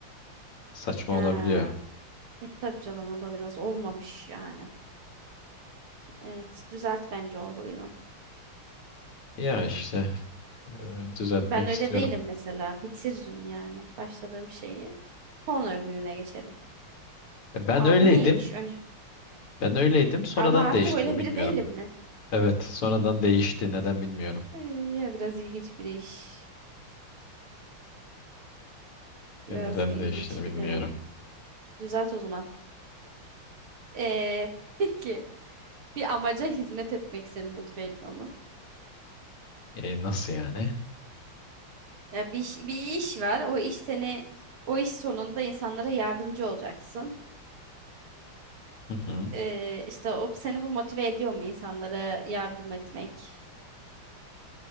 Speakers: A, on the left; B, on the right.
A: Saçma
B: Ha.
A: olabiliyor.
B: E tabii canım o da biraz olmamış yani. Evet, düzelt bence o huyunu.
A: Ya işte e, düzeltmek
B: Ben öyle
A: istiyorum.
B: değilim mesela. Bitiririm yani başladığım şeyi. Sonra öbürüne geçerim.
A: E, Ben
B: Aa
A: öyleydim.
B: bu neymiş önce?
A: Ben öyleydim. Sonradan
B: Ama artık
A: değişti
B: öyle
A: bu
B: biri
A: bilmiyorum.
B: değilim mi?
A: Evet, sonradan değişti. Neden bilmiyorum.
B: Ee, ya biraz ilginç bir iş. Biraz
A: Benim neden
B: ilginç
A: değiştiğini bilmiyorum.
B: bir deneyim. Düzelt o zaman. Ee, peki bir amaca hizmet etmek seni motive ediyor mu?
A: E, nasıl yani?
B: Ya bir, iş- bir iş var. O iş seni o iş sonunda insanlara yardımcı olacaksın.
A: Hı hı.
B: Ee, işte o seni bu motive ediyor mu insanlara yardım etmek?